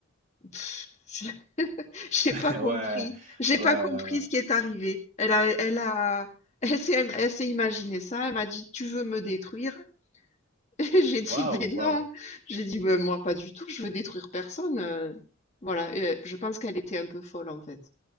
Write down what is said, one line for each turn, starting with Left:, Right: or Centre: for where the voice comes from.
Left: pff, je- <laughs> j'ai
Right: <laughs>
Left: pas compris,
Right: Ouais,
Left: j'ai
Right: ouais,
Left: pas compris
Right: ouais.
Left: ce qui est arrivé. Elle a, elle a, <laughs> elle s'est, elle s'est imaginé ça. Elle m'a dit, tu veux me détruire? <laughs> J'ai dit,
Right: Waouh,
Left: mais non,
Right: waouh.
Left: j'ai dit, mais moi pas du tout, je veux détruire personne. euh. Voilà, et, euh, je pense qu'elle était un peu folle en fait.